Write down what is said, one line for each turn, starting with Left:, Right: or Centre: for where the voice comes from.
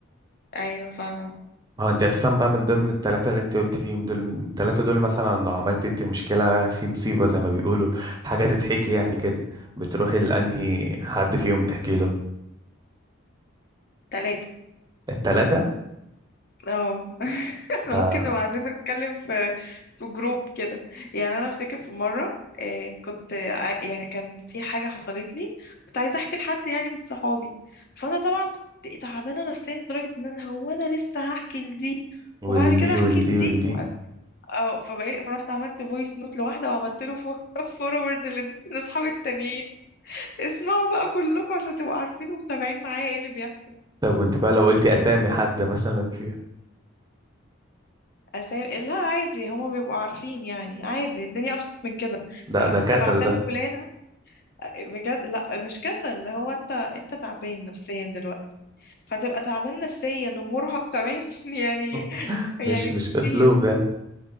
Left: ايوه فاهمه
Right: ما هو انت اساسا بقى من ضمن الثلاثه اللي انت قلت فيهم دول الثلاثه دول مثلا لو عملت انت مشكله في مصيبه زي ما بيقولوا حاجه تتحكي يعني كده بتروحي لانهي حد فيهم تحكي له
Left: تلاتة
Right: الثلاثه
Left: اه <laughs> احنا
Right: لا
Left: ممكن نبقى قاعدين بنتكلم في في جروب كده يعني انا افتكر في مرة آه، كنت عا- يعني كان في حاجة حصلت لي كنت عايزة احكي لحد يعني من صحابي فانا طبعا كنت تعبانة نفسيا لدرجة ان انا هو انا لسه هحكي لدي وبعد
Right: والدي
Left: كده احكي
Right: والدي
Left: لدي
Right: والدي
Left: اه فبقيت فرحت عملت فويس نوت لواحدة وعملت له فورورد <laughs> لاصحابي التانيين اسمعوا بقى كلكم عشان تبقوا عارفين ومتابعين معايا ايه اللي بيحصل
Right: طب وانت بقى لو قلتي اسامي حد مثلا فيها
Left: أسامي لا عادي هما بيبقوا عارفين يعني عادي الدنيا أبسط من كده
Right: ده
Left: أنا كنت
Right: ده كسل
Left: بعتها
Right: ده
Left: لفلانة بجد لا مش كسل اللي هو أنت أنت تعبان نفسيا دلوقتي فتبقى تعبان نفسيا ومرهق كمان <laughs> يعني
Right: <laughs>
Left: يعني
Right: مش مش اسلوب
Left: كتير
Right: ده